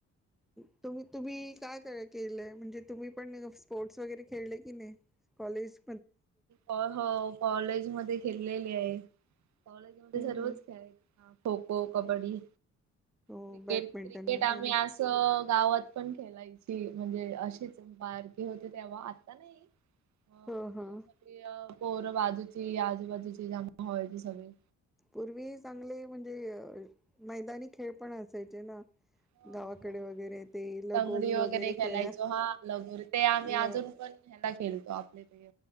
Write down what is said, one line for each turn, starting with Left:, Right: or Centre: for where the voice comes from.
Centre: त तुमी तुम्ही काय काय केलयं, म्हणजे तुम्ही पण स्पोर्ट्स वगैरे खेळले की नाही? कॉलेज
Right: हो कॉलेज मध्ये खेलेली आहे. कॉलेज मध्ये
Centre: हम्म
Right: सर्वच
Centre: हम्म
Right: खेळायचा खो खो, कबड्डी.
Centre: हो
Right: क्रिकेट,
Centre: बॅडमिंटन
Right: क्रिकेट
Centre: वगैरे
Right: आम्ही असं गावात पण खेलायची म्हणजे अशीच बारकी होते तेव्हा, आता नाही. अ
Centre: हं
Right: म्हणजे
Centre: हा.
Right: सगळी अ पोरं बाजूची आजूबाजूची जमा व्हायची सगळे.
Centre: पूर्वी चांगले म्हणजे अ मैदानी खेळ पण असायचे ना?
Right: हो
Centre: गावाकडे
Right: हो भरपूर
Centre: वगैरे ते लगोरी
Right: लंगडी
Centre: वगैरे
Right: खेळायचो
Centre: खेळ
Right: हा लगोरी ते आम्ही
Centre: ल
Right: अजून पण ह्याला खेळतो आपले ते,